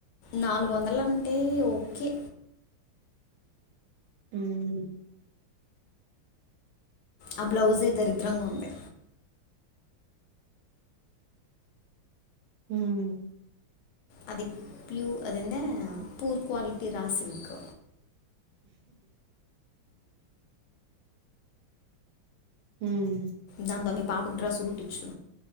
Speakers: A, on the left; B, on the right.
A: నాలుగు వందలు అంటే ఓకే
B: హ్మ్మ్
A: ఆ బ్లౌజే దరిద్రంగా ఉంది
B: హ్మ్మ్
A: అది ప్యూ అదెందే పూర్ క్వాలిటీ రా సిల్క్
B: ఉమ్మ్
A: దాంతోా మీ పాపకు డ్రస్ కుట్టిచ్చు